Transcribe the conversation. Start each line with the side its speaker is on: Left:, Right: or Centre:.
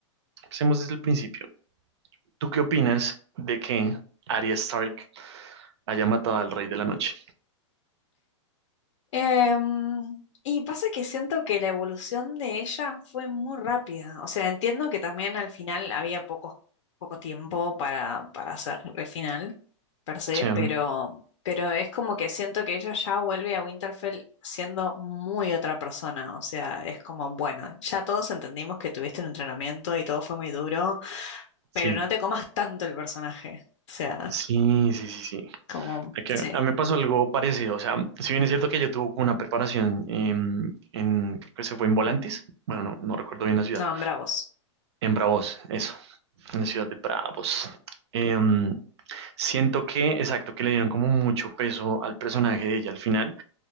Right: empecemos desde el principio. ¿Tú qué opinas de que Arya Stark haya matado al Rey de la Noche?
Left: Em, y pasa que siento que la evolución de ella fue muy rápida. O sea, entiendo que también al final había poco, poco tiempo para, para hacer el final, per
Right: O
Left: se,
Right: sea,
Left: pero, pero es como que siento que ella ya vuelve a Winterfell siendo muy otra persona. O sea, es como, bueno, ya todos entendimos que tuviste un entrenamiento y todo fue muy duro,
Right: sí,
Left: pero no te comas tanto el personaje. O sea,
Right: sí, sí, sí, sí.
Left: como,
Right: Es que
Left: sí,
Right: a mí me pasó algo parecido. O sea, si bien es cierto que yo tuve como una preparación em, en, creo que se fue en Volantis, bueno, no, no recuerdo bien la ciudad,
Left: no, bravos.
Right: en Bravos, eso, en la ciudad de Bravos. Em, siento que, exacto, que le dieron como mucho peso al personaje de ella al final